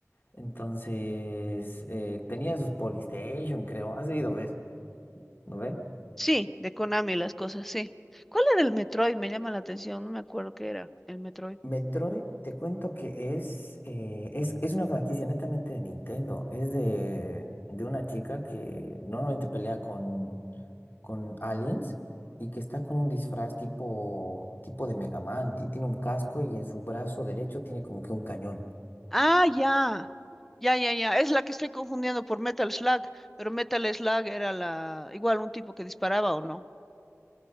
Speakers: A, on the left; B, in the centre.
A: Entonces, eh, tenía sus Polystation, creo. Has debido ver, ¿no ve?
B: sí, de Konami las cosas, sí. ¿Cuál era el Metroid? Me llama la atención, no me acuerdo qué era el Metroid.
A: Metroid, te cuento que es, eh, es, es una franquicia netamente de Nintendo. Es de, de una chica que normalmente pelea con con aliens y que está con un disfraz tipo, tipo de Mega Man. ti- Tiene un casco y en su brazo derecho tiene como que un cañón.
B: Ah, ya. Ya, ya, ya. Es la que estoy confundiendo por Metal Slug, pero Metal Slug era la igual un tipo que disparaba o no.